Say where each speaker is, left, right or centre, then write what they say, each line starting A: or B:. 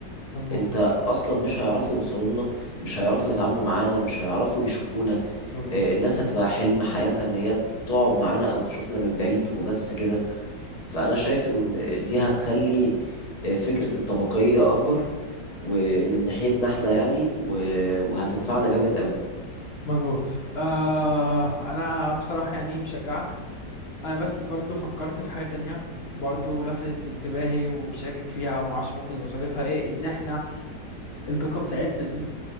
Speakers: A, on the left; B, on the left.
A: مظبوط
B: انت اصلا مش هيعرفوا يوصلوا لنا مش هيعرفوا يتعاملوا معانا مش هيعرفوا يشوفونا
A: مظبوط
B: آه، الناس هتبقى حلم حياتها ان هي تقعد معانا او تشوفنا من بعيد وبس كده فانا شايف ان دي هتخلي آه، فكرة الطبقية اكبر ومن ناحيتنا احنا يعني و- وهتنفعنا جامد قوي
A: مظبوط آه انا بصراحه يعني مشجعك انا بس برضو فكرت في حاجه تانية برضو لفتت انتباهي وشاكك فيها وما اعرفش ممكن يبقى صورتها ايه ان احنا الطاقة بتاعتنا دي